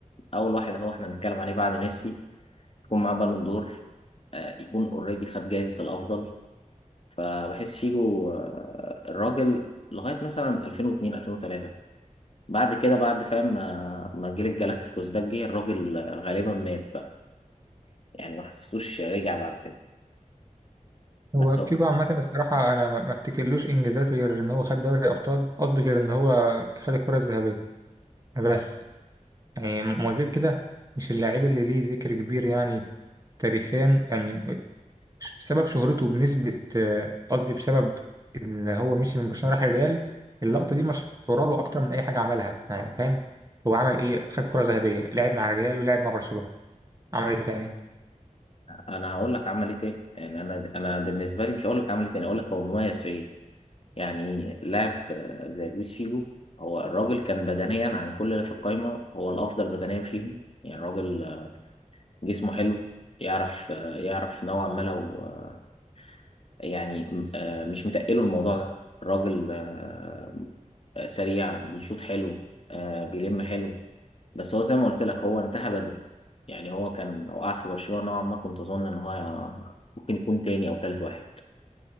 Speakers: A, on the left; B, on the right.
A: اول واحد هو احنا بنتكلم عليه بعد ميسي يكون معاه بالون دور آه، يكون اوريدي خد جايزة الافضل فبحس فيجو آه، الراجل لغاية مثلا 2002 2003 بعد كده بعد فاهم ما ما جيل الجالاكتيكوس ده جه الراجل آه، غالبا مات بقى يعني ما حسيتوش رجع بعد كده
B: هو
A: بس هو-
B: فيجو عامة بصراحة أنا ما ما أفتكرلوش إنجازات غير إن هو خد دوري أبطال قصدي غير إن هو خد الكرة الذهبية بس يعني من غير كده مش اللاعب اللي ليه ذكر كبير يعني تاريخيا يعني بسبب شهرته بنسبة آه، قصدي بسبب إن هو مشي من برشلونة راح الريال اللقطة دي مشهورة له أكتر من أي حاجة عملها يعني فاهم هو عمل إيه خد كرة ذهبية لعب مع الريال ولعب مع برشلونة عمل إيه تاني
A: انا هقول لك عمل ايه تاني يعني انا انا بالنسبه لي مش هقول لك عمل ايه تاني اقول لك هو مميز في ايه يعني لاعب آه، زي لويس فيجو هو الراجل كان بدنيا عن كل اللي في القايمة هو الأفضل بدنيا فيهم يعني الراجل آه، جسمه حلو يعرف آه، يعرف نوعا ما لو آه، يعني م- آه، مش متقله الموضوع ده الراجل آه، آه، سريع بيشوط حلو آه، بيلم حلو بس هو زي ما قلت لك هو انتهى بدري يعني هو كان لو قعد في برشلونة نوعا ما كنت أظن إن هو ممكن يكون تاني أو تالت واحد